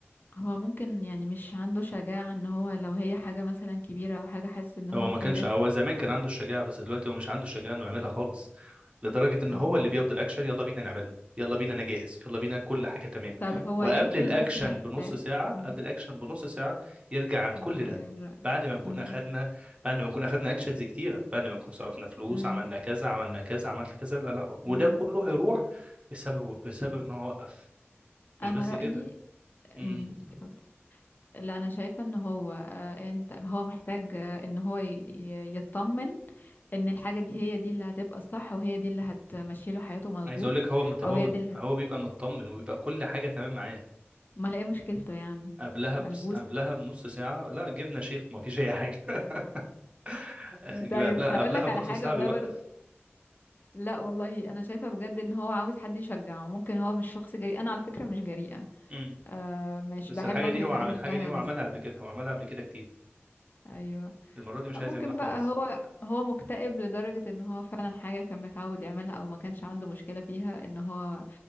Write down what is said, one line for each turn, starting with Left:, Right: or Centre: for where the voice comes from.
Left: هو ممكن يعني مش عنده شجاعة ان هو لو هي حاجة مثلا كبيرة او حاجة حاسس ان هو
Right: هو ما
Left: في
Right: كانش
Left: ريسك
Right: هو زمان كان عنده الشجاعة بس دلوقتي هو مش عنده الشجاعة انه يعملها خالص لدرجة ان
Left: مم.
Right: هو اللي بياخد الاكشن يلا بينا نعملها يلا بينا انا جاهز يلا بينا كل حاجة تمام
Left: طب هو
Right: وقبل
Left: يمكن
Right: الاكشن
Left: بس محتاج
Right: بنص ساعة
Left: مم.
Right: قبل الاكشن بنص ساعة يرجع عن
Left: بيغير
Right: كل ده
Left: رأيه
Right: بعد ما نكون
Left: مم.
Right: اخدنا بعد ما نكون اخدنا اكشنز كتيرة بعد ما نكون صرفنا فلوس
Left: مم.
Right: عملنا كذا عملنا كذا عملت كذا لا لا وده
Left: مم.
Right: كله هيروح بسبب بسبب ان هو وقف مش
Left: انا
Right: بس
Left: رأيي
Right: كده
Left: مم.
Right: امم
Left: اتفضل لا انا شايفه ان هو آه، انت هو محتاج آه، ان هو ي- ي- يطمن ان الحاجه دي هي دي اللي هتبقى الصح وهي دي اللي هتمشي له حياته مظبوط
Right: عايز اقول لك هو مت...
Left: او
Right: هو
Left: هي
Right: مت...
Left: دي اللي
Right: هو
Left: هت...
Right: بيبقى مطمن وبيبقى كل حاجة تمام معاه
Left: ما الاقي مشكلته يعني
Right: قبلها
Left: ملبوس
Right: بس قبلها بنص ساعة لا جبنا شيخ وما فيش أي حاجة <laughs> جب-
Left: طيب
Right: قبلها
Left: هقول
Right: قبلها
Left: لك
Right: بنص
Left: على حاجه
Right: ساعة
Left: والله
Right: بيوقف
Left: برضه لا والله انا شايفه بجد ان هو عاوز حد يشجعه ممكن هو مش شخص جريء انا على فكره مش جريئه
Right: امم
Left: آه مش
Right: بس
Left: بحب
Right: الحاجة
Left: اخد
Right: دي
Left: الحاجات
Right: هو عم- الحاجة
Left: اللي فيها
Right: دي هو
Left: ريسك
Right: عملها قبل كده هو عملها قبل كده كتير
Left: ايوه
Right: المرة دي
Left: لا
Right: مش عايز
Left: ممكن
Right: يعملها خالص
Left: بقى هو هو مكتئب لدرجة ان هو فعلا حاجة كان متعود يعملها او ما كانش عنده مشكلة فيها ان هو